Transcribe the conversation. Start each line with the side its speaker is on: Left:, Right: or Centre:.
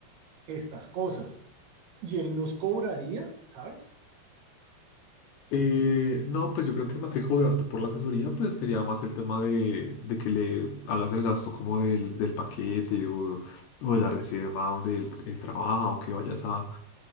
Right: estas cosas. Y él nos cobraría, ¿sabes?
Left: Eh, no, pues yo creo que más que cobrarte por la asesoría, pues sería más el tema de, de que le hagas el gasto como del, del paquete o, o de la reserva donde él, él trabaja o que vayas a,